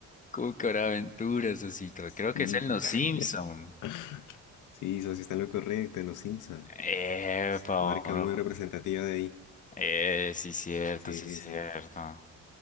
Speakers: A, on the left (about 25°); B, on the left (about 80°).
A: Cucaraventuras, Osito.
B: Sí,
A: Creo que es en
B: co-
A: Los Simpson.
B: <laughs> sí, socio, está en lo correcto, en Los Simpsons.
A: Epa,
B: Marca
A: Paolo.
B: muy representativa de ahí.
A: Eh, sí, cierto,
B: Sí,
A: sí,
B: sí,
A: cierto.
B: sí.